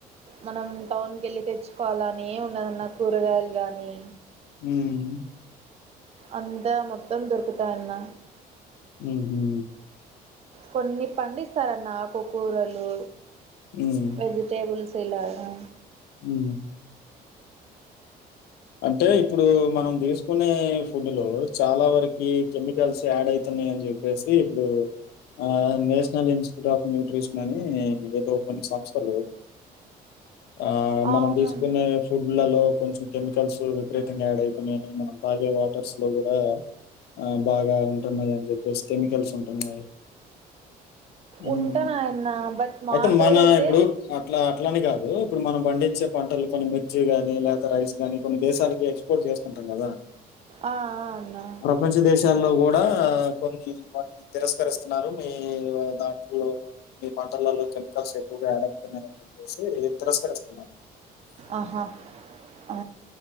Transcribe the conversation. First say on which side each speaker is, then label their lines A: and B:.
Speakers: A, on the right; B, on the left.
A: మనం టౌన్ కెళ్ళి తెచ్చుకోవాలని ఏవున్నదన్నా కూరగాయల్ గాని
B: ఉమ్
A: అంతా మొత్తం దొరుకుతాయన్న
B: ఊహూ
A: కొన్ని పండిస్తారన్న కుకూరలు
B: ఉమ్.
A: వెజి టేబుల్స్ ఇలాగా
B: ఊ అంటే ఇప్పుడు మనం దీస్కునే ఫుడ్డులో చాలా వరకి కెమికల్స్ యాడైతున్నయని జెప్ ప్పేసి ఇప్పుడూ ఆ నేషనల్ ఇన్స్టిట్యూట్ ఆఫ్ న్యూట్రిషన్ అని ఏదో కొన్ని సంస్థలు ఆ మనం
A: అవునన్న
B: తీసుకునే ఫుడ్లలో కొంచం కెమికల్స్ <unintelligible> విపరీతంగా యాడైతున్నయని మనం తాగే వాటర్స్ లో గూడా ఆ బాగా ఉంటున్నాయి అని జెప్పేసి కెమికల్స్ ఉంటున్నాయి ఊమ్
A: ఉంటానయన్న బట్ మా
B: అయితే
A: సైడ్
B: మనా
A: అయితే
B: ఇప్పుడు అట్లా అట్లాని కాదు ఇప్పుడు మనం పండించే పంటలు కొని మిర్చి గాని లేక రైస్ దాన్నీ కొన్ని దేశాలకి ఎక్స్పోర్ట్ జేస్తుంటం గదా
A: ఆ ఆ అన్నా
B: మంచి దేశాల్లో గూడా కొన్ని వాట్ తిరస్కరిస్తున్నారు మీ దాంట్లో మీ పంటలల్లో కెమికల్స్ ఎక్కువగా యాడయితున్నాయని జెప్పేసి తిరస్కరిస్తున్నారు
A: ఆహా ఆ